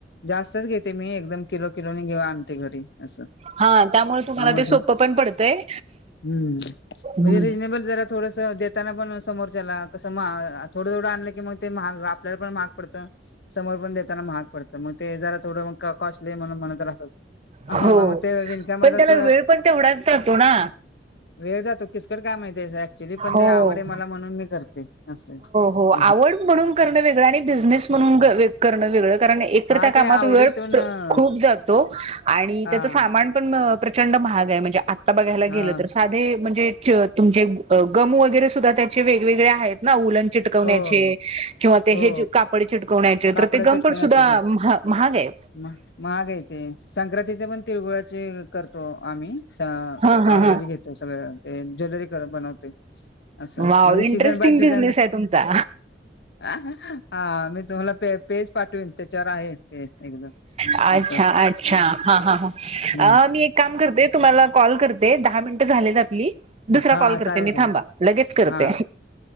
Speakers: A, on the left; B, on the right.
A: जास्तच घेते मी एकदम किलो किलोनी घेऊ आणते घरी असं.
B: हा त्यामुळे तुम्हाला
A: हा, मग
B: ते सोपं पण पडतय.
A: हम्म
B: हम.
A: म्हणजे रिजनेबल जरा थोडंस. देताना पण समोरच्याला कसं मग थोडं थोडं आणलं की मग ते महाग आपल्याला पण महाग पडत. समोरपण देताना महाग पडतं मग ते जरा थोडं कॉस्टली म्हणून म्हणत राहत. ह
B: हो
A: म मग ते वीणकाम
B: पण
A: तस.
B: त्याला वेळ पण तेवढाच जातो ना
A: वेळ जातो किचकट काम हाय ते पण
B: हो
A: ते आवड आहे मला म्हणून मी करते असं
B: हो
A: आहे.
B: आवड म्हणून करण वेगळं बिनेस म्हणून वे करणं वेगळं. ण एक
A: हा
B: त्या काम
A: ते आवडीतून
B: वेळ
A: अ,
B: खूप जातो आणि
A: हा
B: त्याच सामान पण प्रचंड महाग आहे म्हणजे आत्ता बघायला
A: हा
B: गेल तर साधे म्हणजे तुमचे गम वगैरे सुद्धा त्याचे वेगवेगळे आहेत. ना लण चिटकवण्याचे
A: हो
B: किंवा ते
A: हो
B: हे कापडे चिटकवण्याचे
A: कापड
B: तर ते गमपड
A: चटकण्याचे
B: सुद्धा महाग आहे.
A: म. महागायचे, संक्रांतीचे पण तिळगुळाचे करतो आम्ही ऑर्डरी
B: हा हा हा.
A: घेतो. ते सगळे ते ज्वेलरी बनवते. असं
B: वाव,
A: म्हणजे season
B: interesting
A: by season
B: business आहे तुमचा.
A: हा मी तुम्हाला पे पेज पाठवीन, त्याच्यावर आहे. ते एकदम
B: अच्छा!
A: असं
B: अच्छा! हा हा हा
A: हम्म
B: अ मी एक काम करते. तुम्हाला कॉल करते दहा मिनटं झालेत आपली, दुसरा
A: हा
B: कॉल करते
A: चालेल
B: मी
A: चालेल
B: थांबा लगेच करते.
A: हा